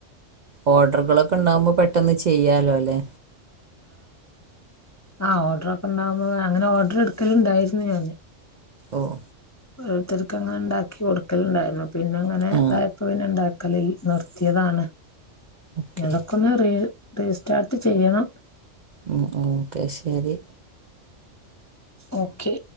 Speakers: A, on the right; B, on the left.
A: ഓർഡറുകളൊക്കെ ഇണ്ടാവുമ്പോ പെട്ടന്ന് ചെയ്യാലോ ല്ലേ
B: ആ്അ ഓർഡർ ഒക്കെ ഇണ്ടാവുമ്പോ അങ്ങനെ ഓർഡർ എടുക്കല് ഇണ്ടായിരുന്നു ഞാൻ
A: ഓഹ്
B: ഓരോരുത്തർക്ക് അങ്ങനെ ഇണ്ടാക്കി കൊടുക്കലുണ്ടായിരുന്നു പിന്നെ അങ്ങനെ
A: ആ
B: ഇതായപ്പ പിന്നെ ഇണ്ടാക്ക ക്കലിൽ നിർത്തിയതാണ്
A: ഓക്കെ
B: ഇതൊക്കെ ഒന്ന് റി റീസ്റ്റാർട്ട് ചെയ്യണം
A: ഉം ഉം ഓക്കെ ശരി
B: ഓക്കെ